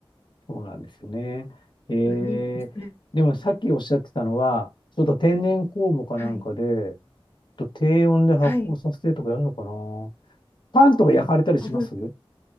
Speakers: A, on the left; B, on the left.
A: う、そうなんですよね。えー、
B: あ、いいですね。
A: でもさっきおっしゃってたのは、ちょっと天然酵母かなんかで、
B: はい。
A: ちょっと低温で発酵させてとかやるのかな。
B: はい。
A: パンとか焼かれたりします
B: あ、多分、